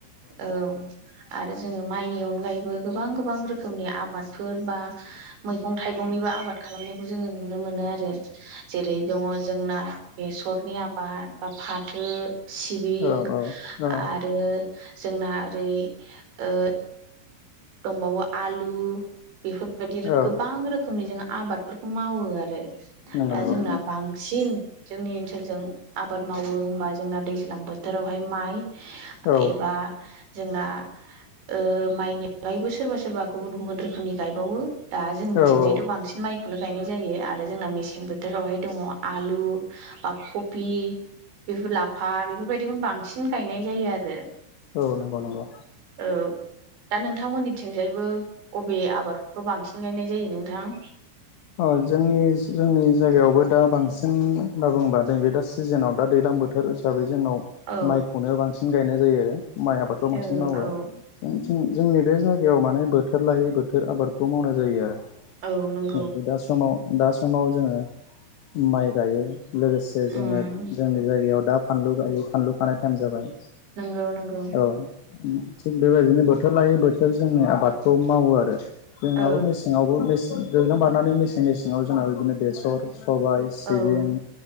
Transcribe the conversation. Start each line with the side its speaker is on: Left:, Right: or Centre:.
Right: औ आरो जोङो माइनि अनगायैबो गोबां-गोबां रोखोमनि आबादफोर बा मैगं थाइगं निबो आबाद खालामनायखौ जोङो नुनो मोनो आरो आरो जेरै दङ जोंना बेसरनि आबाद बा फाथो सिबिं
Left: औ औ
Right: आरो जोंना ओरै ओ दंबावो आलु बेफोर बादि
Left: औ
Right: गोबां रोखोमनि जोङो आबादफोरखौ मावो आरो। दा
Left: नंगौ नंगौ
Right: जोंना बांसिन जोंनि ओनसोलजों आबाद मावो होनबा जोंना दैज्लां बोथोरावहाय माइ
Left: औ
Right: एबा जोंना ओ अनगायैबो सोरबा सोरबा गुबुन गुबुन रोखोमनि गायबावो। दा जोंनिथिंजायथ'
Left: औ
Right: बांसिन माइ खौनो गायनाय जायो आरो जोंना मेसें बोथोरावहाय दङ आलु बा कपि बिफोर लाफा बेफोरबायदिखौनो बांसिन गायनाय जायो आरो।
Left: औ नंगौ नंगौ
Right: औ दा नोंथांमोननिथिंजायबो अबे आबादफोरखौ बांसिन गायनाय जायो नोंथां?
Left: अह जोंनि जोंनि जायगायावबो‌ दा बांसिन होनना बुंङोबा नैबे दा सिजोनाव दा दैज्लां बोथोर हिसाबै जोंनाव
Right: औ
Left: माइखौनो बांसिन गायनाय जायो आरो माइ आबादखौ बांसिन
Right: औ
Left: मावो।
Right: औ
Left: जोंथिं जोंनि बे जायगायाव माने बोथोर लायै बोथोर आबादखौ मावनाय जायो आरो।
Right: औ नं
Left: नैबे दा समाव दा समाव जोङो माइ गायो। लोगोसे जोङो
Right: उम
Left: जोंनि जायगायाव दा फानलु गायो फानलु खानाय टाइम जाबाय।
Right: नंगौ नंगौ
Left: औ थिग बेबायदिनो बोथोर लायै बोथोर जोंनि आबादखौ मावो आरो जोंहाबो
Right: औ
Left: मेसेंआवबो मेसें दैज्लां बारनानै मेसें मेसेङाव जोंना बिदिनो बेसर सबाय सिबिं
Right: औ